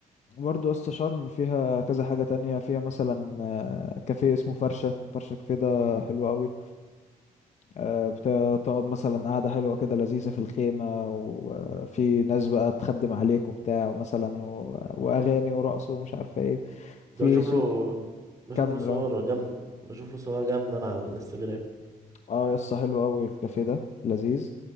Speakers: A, on the left; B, on the right.
A: برضو اسطى شرم فيها كذا حاجة تانية فيها مثلا آه، كافيه اسمه فرشة فرشة كافيه ده حلو قوي آه، بتقعد مثلا قعدة حلوة كده لذيذة في الخيمة وفي ناس بقى تخدم عليك وبتاع مثلا و- وأغاني ورقص ومش عارفة ايه في
B: ده بشوف
A: سوق
B: له بشوف
A: كامل
B: له صور
A: اهو.
B: جامدة بشوف له صور جامدة انا على الانستجرام
A: اه يا اسطى حلو قوي الكافيه ده لذيذ